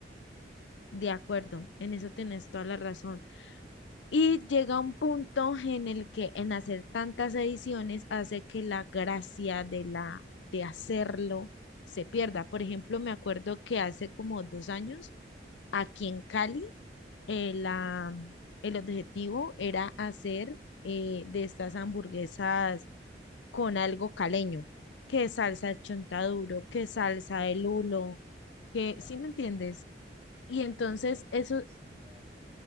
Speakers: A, on the left; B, on the right.
A: De acuerdo, en eso tenés toda la razón. Y llega un punto en el que en hacer tantas ediciones hace que la gracia de la de hacerlo se pierda. Por ejemplo, me acuerdo que hace como dos años aquí en Cali eh, la- el objetivo era hacer eh, de estas hamburguesas con algo caleño, que salsa chontaduro, que salsa el hulo, que,
B: Va.
A: ¿sí me entiendes? Y entonces
B: Eso, eso
A: eso
B: es genial.